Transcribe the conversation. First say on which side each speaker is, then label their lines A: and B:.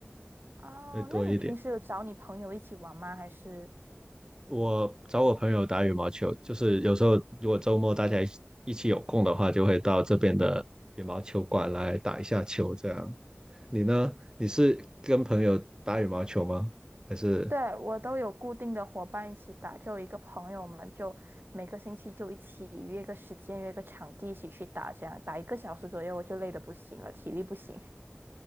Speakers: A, on the right; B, on the right.
A: 哦，
B: 会多一点。
A: 那你平时有找你朋友一起玩吗？还是？
B: 我找我朋友打羽毛球，就是有时候如果周末大家一起一起有空的话，就会到这边的羽毛球馆来打一下球，这样。你呢？你是跟朋友打羽毛球吗？还是？
A: 对，我都有固定的伙伴一起打，就有一个朋友，我们就每个星期就一起约个时间，约个场地一起去打，这样打一个小时左右，我就累得不行了，体力不行。